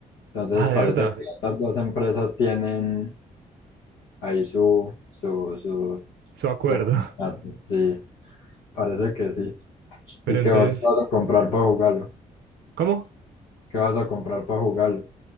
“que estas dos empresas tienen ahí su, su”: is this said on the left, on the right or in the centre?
Left